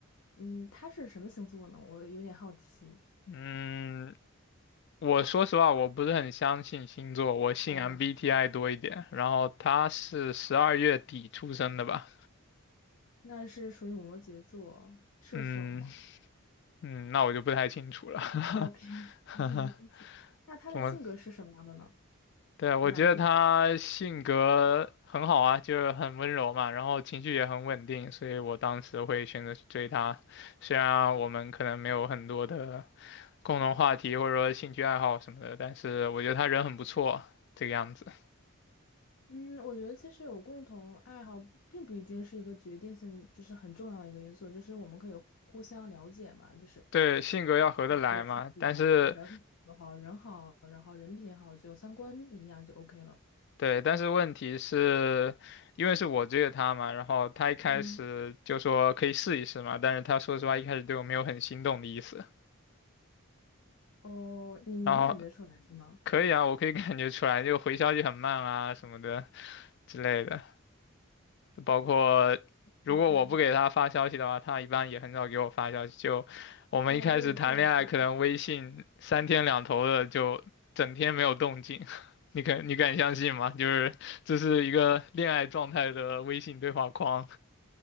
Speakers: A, on the left; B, on the left.
A: 嗯，他是什么星座呢？我有点好奇。
B: 嗯，我说实话，我不是很相信星座，我信
A: 哦
B: MBTI 多一点。然后他是十二月底出生的吧？
A: 那是属于摩羯座，射手吗？
B: 嗯嗯，那我就不太清楚了。
A: ，OK，
B: <laughs>
A: <laughs> 没问题那他的性格是什么样的呢？
B: 怎么？对啊，我觉得他性格很好啊，
A: 就是 m b t
B: 就是很温柔嘛，然后情绪也很稳定，所以我当时会选择去追他。虽然我们可能没有很多的共同话题或者说兴趣爱好什么的，但是我觉得他人很不错，这个样子。
A: 嗯，我觉得其实有共同爱好，并不一定是一个决定性，就是很重要的一个因素，就是我们可以互相了解嘛，就是
B: 对，性格要合得来嘛，
A: 也性不一样的话，
B: 但是
A: 只要是性格好，人好，然后人品好，就三观一样就 OK 了。
B: 对，但是问题是，因为是我追的他嘛，然后他一开始就说可以试一试嘛，
A: 嗯，
B: 但是他说实话一开始对我没有很心动的意思，
A: 哦，你能感觉出来是吗
B: 然后可以啊，我可以感觉出来，就回消息很慢啊什么的之类的。就包括如果我不给他发消息的话，
A: ？OK，
B: 他一般也很少给我发消息。就我们一开始谈恋爱，
A: 那这个确实是
B: 可能微信三天两头的就整天没有动静，<laughs> 你敢你敢相信吗？就是这是一个恋爱状态的微信对话框